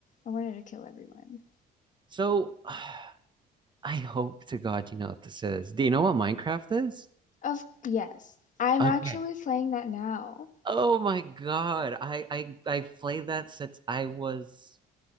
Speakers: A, on the left; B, on the right.
A: I wanted to kill everyone.
B: So <sighs> I hope to God you know what this is. Do you know what Minecraft is?
A: Of yes, I'm
B: Okay.
A: actually playing that now.
B: Oh my God. I I I played that since I was